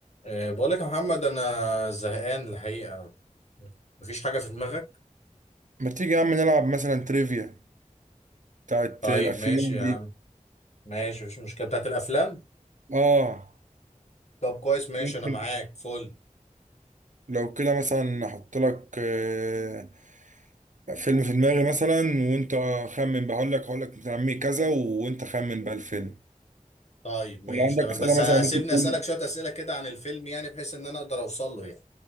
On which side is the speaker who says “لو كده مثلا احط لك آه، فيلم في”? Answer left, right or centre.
Right